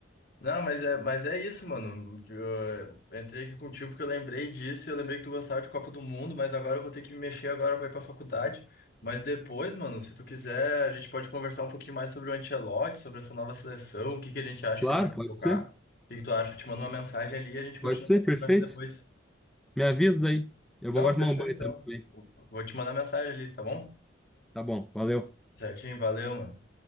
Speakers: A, on the left; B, in the centre.
A: Não, mas é, mas é isso, mano. Eu entrei aqui contigo porque eu lembrei disso, eu lembrei que tu gostava de Copa do Mundo, mas agora eu vou ter que me mexer agora pra ir pra faculdade. Mas depois, mano, se tu quiser, a gente pode conversar um pouquinho mais sobre o Ancelotti, sobre essa nova seleção, o que que a gente acha
B: Claro,
A: que ele vai
B: pode
A: convocar.
B: ser.
A: O que que tu acha? Eu te mando uma mensagem ali e a gente continua
B: Pode ser,
A: a
B: perfeito.
A: conversa depois.
B: Me avisa aí. Eu
A: Não,
B: vou agora tomar
A: fechou
B: um banho
A: então.
B: também.
A: Vou te mandar mensagem ali, tá bom?
B: Tá bom, valeu.
A: Certinho, valeu, mano.